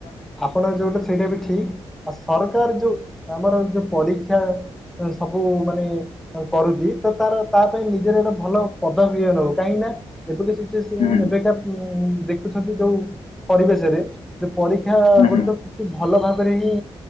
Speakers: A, in the centre; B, on the left.
A: ଆପଣ ଯୋଉଟା ସେଇଟା ବି ଠିକ୍, ଆଉ ସରକାର ଯୋଉ ଆମର ଏ ଯୋଉ ପରୀକ୍ଷା ଏ ସବୁ ମାନେ କରୁଛି ତ ତାର ତା ପାଇଁ ନିଜର ଗୋଟେ ଭଲ ପଦବି ଇଏ ରହୁ କାହିଁକି ନା ଏବେକା ସିଚ୍ୟେସନ୍
B: ହୁଁ
A: ଏବେକା ଉଁ ଦେଖୁଛନ୍ତି ଯୋଉ ପରିବେଶରେ ଯେ ପରୀକ୍ଷା
B: ହୁଁ
A: ଗୁଡିକ
B: ହୁଁ।
A: କିଛି ଭଲ ଭାବରେ ହିଁ